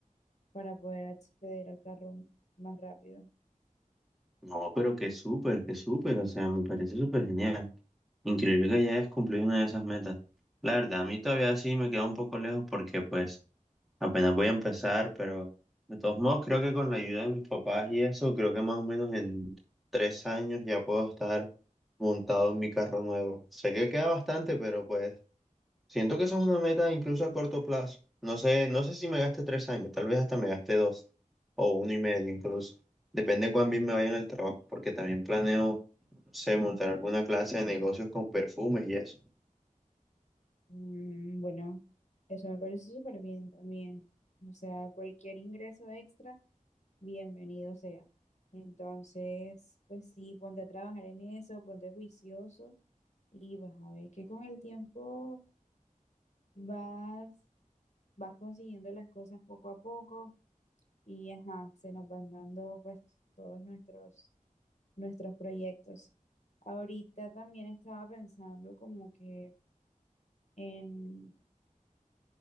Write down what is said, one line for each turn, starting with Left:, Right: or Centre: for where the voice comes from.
Left: para poder acceder al carro más rápido.
Centre: No, pero que súper, que súper, o sea, me parece súper genial. Increíble que ya hayas cumplido una de esas metas. La verdad, a mí todavía sí me queda un poco lejos porque pues apenas voy a empezar, pero de todos modos creo que con la ayuda de mis papás y eso, creo que más o menos en tres años ya puedo estar montado en mi carro nuevo. Sé que queda bastante, pero pues Siento que eso es una meta incluso a corto plazo. No sé, no sé si me gaste tres años, tal vez hasta me gaste dos o uno y medio incluso. Depende de cuán bien me vaya en el trabajo, porque también planeo, no sé, montar alguna clase de negocios con perfumes y eso.
Left: Mm, bueno, eso me parece súper bien también. O sea, cualquier ingreso extra, bienvenido sea. Entonces, pues sí, ponte a trabajar en eso, ponte juicioso y vas a ver que con el tiempo vas, vas consiguiendo las cosas poco a poco y ajá, se nos van dando pues todos nuestros nuestros proyectos. Ahorita también estaba pensando como que en,